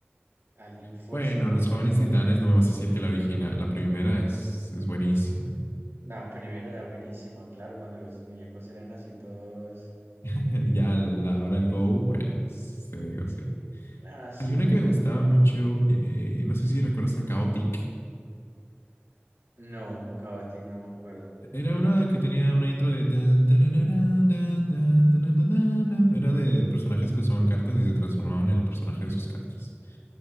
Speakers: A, on the right (about 75°); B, on the left (about 80°).
A: Alien Force,
B: Bueno,
A: no me
B: Los
A: acuerdo
B: Jóvenes
A: cuál
B: Titanes,
A: era.
B: no me vas a decir que la original, la primera es, es buenísima.
A: La primera era buenísima, claro, cuando los muñecos eran así todos.
B: <laughs> Ya a la hora del Go, bueno, se digo, sí.
A: Ah, sí,
B: Hay una que
A: no.
B: me gustaba mucho, eh, eh, no sé si recuerdas a Chaotic.
A: No, Chaotic no me acuerdo.
B: Era una que tenía una intro de tan, tarararán, dan, dan, tarararán. Era de personajes que usaban cartas y se transformaban en el personaje de sus cartas